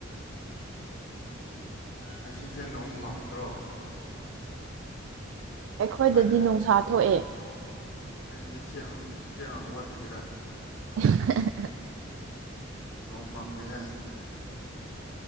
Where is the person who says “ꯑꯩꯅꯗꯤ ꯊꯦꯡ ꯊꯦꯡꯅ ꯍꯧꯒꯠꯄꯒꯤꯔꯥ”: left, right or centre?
Left